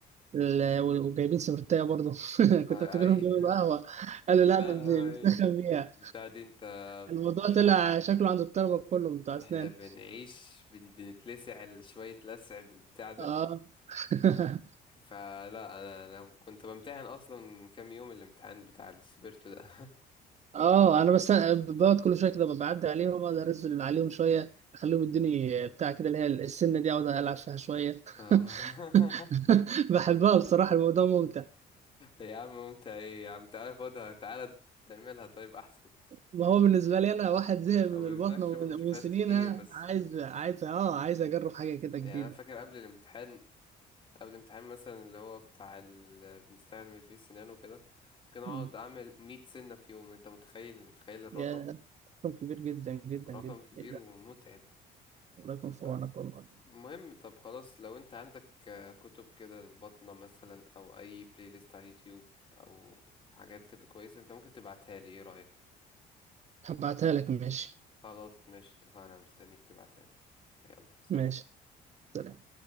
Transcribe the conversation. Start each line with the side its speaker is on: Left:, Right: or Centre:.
Right: ال- وجايبين سبرتايه برضه <laughs>
Left: ما
Right: كنت افتكرهم
Left: أي
Right: بيعملوا
Left: <laughs>
Right: قهوه قالوا لا
Left: لا
Right: ده بن-
Left: هو إيه
Right: بنسخن بيها
Left: بتاع دي أنت
Right: الموضوع طلع
Left: ع-
Right: شكله عند الطلبه كله بتوع اسنان
Left: احنا بنعيش بن... بنتلسع شوية لسع بالبتاع ده
Right: اه <laughs>
Left: فلا أنا أنا كنت بمتحن أصلا من كام يوم الامتحان بتاع السبيرتو ده
Right: اه انا بس بقعد كل شويه كده بعدي عليهم اقدر انزل عليهم شويه اخليهم يدوني بتاع كده اللي هي السنه دي اقعد العب فيها شويه
Left: <laughs> اه
Right: <laughs>
Left: <laughs>
Right: بحبها بصراحه الموضوع ممتع
Left: يا عم ممتع ايه يا عم تعالى خدها تعالى تعملها طيب احسن
Right: ما
Left: <laughs>
Right: هو بالنسبه لي انا واحد زهق من
Left: او بالنسبه
Right: البطنه
Left: لك عشان
Right: ومن
Left: ما بتشوفهاش
Right: ومن سنينها
Left: كتير بس
Right: عايز عايز اه عايز اجرب حاجه كده جديده
Left: يعني انا فاكر قبل الامتحان قبل الامتحان مثلا اللي هو بتاع ال... بنستعمل فيه السنان وكده ممكن اقعد
Right: مم.
Left: اعمل 100 سنه في يوم انت متخيل متخيل الرقم
Right: يا رقم كبير جدا جدا
Left: رقم
Right: جدا
Left: كبير
Right: ايه ده
Left: ومتعب
Right: الله يكون
Left: ب-
Right: في عونك والله
Left: المهم طب خلاص لو انت عندك آه، كتب كده البطنة مثلا او اي بلاي ليست على اليوتيوب او حاجات كده كويسه انت ممكن تبعتها لي ايه رايك
Right: هبعتها لك ماشي
Left: خلاص ماشي اتفقنا مستنيك تبعتها لي يلا سلام
Right: ماشي سلام